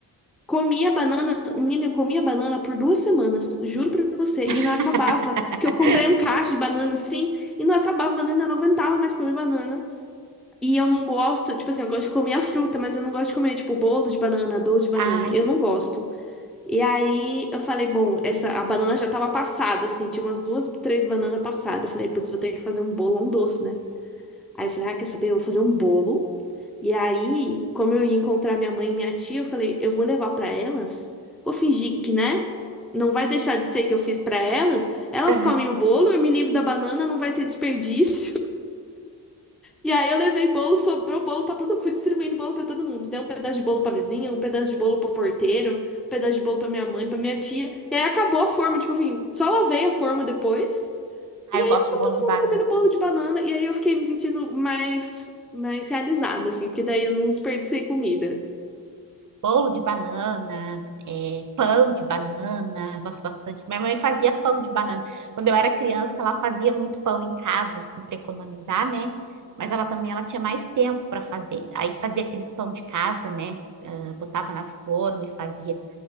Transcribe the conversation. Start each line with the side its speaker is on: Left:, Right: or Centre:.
Centre: Comia banana, menina, eu comia banana por duas semanas, juro pra você,
Right: <laughs>
Centre: e não acabava. Porque eu comprei um caixa de banana assim, e não acabava banana, eu não aguentava mais comer banana. E eu não gosto, tipo assim, eu gosto de comer a fruta, mas eu não gosto de comer, tipo, bolo de banana, doce de banana.
Right: Ai,
Centre: Eu não gosto. E aí eu falei, bom, essa a banana já tava passada, assim, tinha umas duas, três bananas passadas. Eu falei, putz, vou ter que fazer um bolão doce, né? Aí eu falei, ah, quer saber? Eu vou fazer um bolo. E aí, como eu ia encontrar minha mãe e minha tia, eu falei, eu vou levar pra elas. Vou fingir que, né? Não vai deixar de ser que eu fiz pra elas. Elas
Right: aham.
Centre: comem o bolo, eu me livro da banana, não vai ter desperdício. <laughs> E aí eu levei bolo, sobrou bolo pra todo mundo, fui distribuindo bolo pra todo mundo. Dei um pedaço de bolo pra vizinha, um pedaço de bolo pro porteiro, um pedaço de bolo pra minha mãe, pra minha tia. E aí acabou a forma, tipo, enfim, só lavei a forma depois.
Right: ai,
Centre: E aí
Right: eu gosto
Centre: ficou
Right: de bolo
Centre: todo
Right: de
Centre: mundo
Right: banana.
Centre: comendo bolo de banana, e aí eu fiquei me sentindo mais, mais realizada, assim, porque daí eu não desperdicei comida.
Right: Bolo de banana, é, pão de banana, gosto bastante. Minha mãe fazia pão de banana. Quando eu era criança, ela fazia muito pão em casa, assim, para economizar, né? Mas ela também ela tinha mais tempo para fazer. Aí fazia aqueles pão de casa, né? Ah, botava nas formas e fazia.